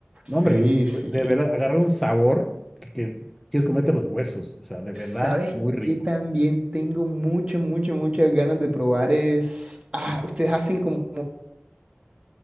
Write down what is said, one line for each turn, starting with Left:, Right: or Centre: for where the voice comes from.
Centre: No,
Right: sí,
Centre: hombre,
Right: sí.
Centre: de verdad, agarra un sabor que, que quieres comerte los huesos, o sea, de verdad,
Right: ¿Sabes
Centre: muy rico.
Right: qué también tengo mucho, mucho, muchas ganas de probar es... Ah, ustedes hacen como,